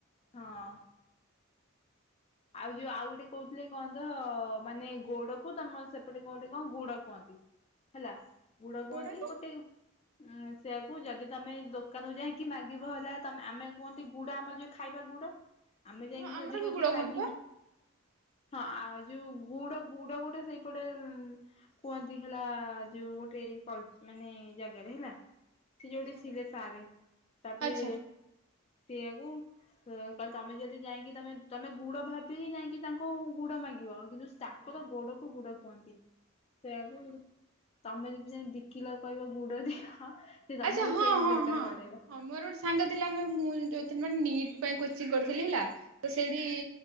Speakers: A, on the left; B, on the right.
A: ହଁ। ଆଉ ଯୋଉ ଆଉ ଗୋଟେ କହୁଥିଲେ କଣ ତ ମାନେ ଗୋଡ କୁ ତୋମର ସେପଟେ କଣ ଗୋଟେ କଣ ଗୁଡ଼ କୁହନ୍ତି। ହେଲା ଗୁଡ଼ କୁହନ୍ତି,
B: କୋଉଟା କି
A: ଗୋଟେ ଉଁ, ସେଆକୁ ଯଦି ତୋମେ ଏଇ ଦୋକାନରୁ ଯାଇକି ମାଗିବ ହେଲା ତୋମେ ଆମେ କୁହନ୍ତି ଗୁଡ଼ ଆମର ଯୋଉ ଖାଇବା ଗୁଡ଼ ଆମେ ଯାଇକି
B: ହଁ ଆମର
A: ଯଦି
B: ବି
A: ସେଠି
B: ଗୁଡ
A: ମାଗି
B: <inaudible>
A: ହଁ ଆ, ଯୋଉ ଗୁଡ଼ ଗୁଡ଼ ଗୋଟେ ସେଇ ପଟେ ଉଁ, କୁହନ୍ତି ହେଲା ଯୋଉ ଗୋଟେ କଲ -ମାନେ ଜାଗାରେ ହେଲା। ସେ ଯୋଉଠି
B: ଆଚ୍ଛା।
A: ଥିଲେ ସାରେ ତାପରେ
B: ଆଚ୍ଛା
A: ସେଆକୁ ଅ, କହିଲି ତୋମେ ଯଦି ଯାଇକି ତୋମେ ତୋମେ ଗୁଡ଼ ଭାବିକି ଯାଇକି ତାଙ୍କୁ ଗୁଡ଼ ମାଗିବ କିନ୍ତୁ ତାଙ୍କର ଗୋଡ଼କୁ ଗୁଡ଼ କୁହନ୍ତି। ସେଇଆକୁ ତୋମେ ଯଦି ଯାଇ ଦି କିଲୋ କହିବ ଗୁଡ଼ ଦିହ। ସେ ତୋମର
B: ଆଚ୍ଛା ହଁ
A: ସେଇ
B: ହଁ
A: ଦୋକାନୀ
B: ହଁ
A: ବାଡ଼େଇବ।
B: ହଁ ମୋର ଗୋଟେ ସାଙ୍ଗ ଥିଲା ଆମେ ମୁଁ ଯୋଉଦିନ ନିଟ୍ ପାଇଁ କୋଚିଂ କରୁଥିଲି ହେଲା। ତ ସେଇଠି